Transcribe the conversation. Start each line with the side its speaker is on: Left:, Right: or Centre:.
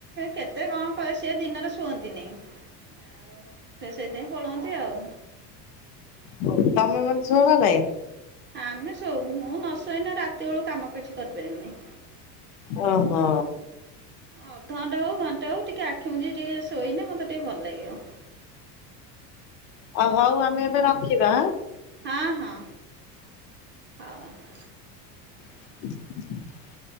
Right: କେତେ କଣ କ ସି ଦିନରେ ଶୁଅନ୍ତିନି। ଆଉ ସେ ସେଥିପାଇଁ ପଳନ୍ତି ଆଉ।
Left: ଓ ତମେ ମାନ ଶୁଅ ନା ନାଇ?
Right: ଆମେ ଶଉ ମୁଁ ନ ଶୋଇନେ ରାତି ବେଳୁ କାମ କିଛି କରିପାରିବିନି।
Left: ଓ ହୋ।
Right: ଅଧଘଣ୍ଟା ହଉ ଘଣ୍ଟା ହଉ ଟିକେ ଆ କେମିତି ଟିକେ ଶୋଇନେ ମତେ ଟିକେ ଭଲ ଲାଗିବ।
Left: ଓ ହଉ ଆମେ ଏବେ ରଖିବାଁ।
Right: ହଁ ହଁ ହଉ।
Left: <inaudible>